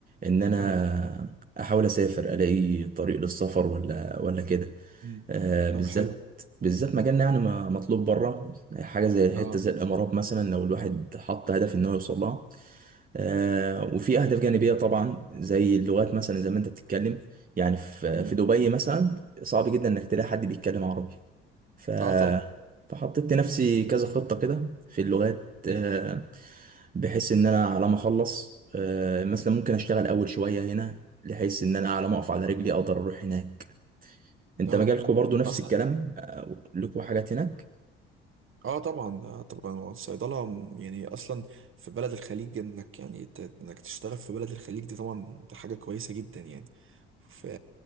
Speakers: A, on the right (about 30°); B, on the right (about 45°).
A: إن أنا
B: اه
A: أحاول أسافر ألاقي طريق للسفر ولا ولا كده
B: مم.
A: آه، بالذات
B: طب حلو
A: بالذات مجالنا يعني ما- مطلوب بره حاجه زي
B: اه
A: حته زي الامارات مثلا لو الواحد حط هدف ان هو يوصل لها آه، وفي اهداف جانبيه طبعا زي اللغات مثلا زي ما انت بتتكلم يعني في
B: مم.
A: في دبي مثلا صعب جدا انك تلاقي حد بيتكلم عربي ف
B: اه طبعا
A: فحطيت لنفسي كذا خطه كده في اللغات
B: مم.
A: آه، بحيث ان انا على ما اخلص آه، مثلا ممكن اشتغل اول شويه هنا بحيث ان انا على ما اقف على رجلي اقدر اروح هناك انت
B: اه
A: مجالكوا برضو نفس
B: اصلا
A: الكلام آه، لكوا حاجات هناك
B: اه طبعا آه طبعا الصيدله م- يعني اصلا في بلد الخليج انك يعني ت- انك تشتغل في بلد الخليج دي طبعا دي حاجه كويسه جدا يعني ف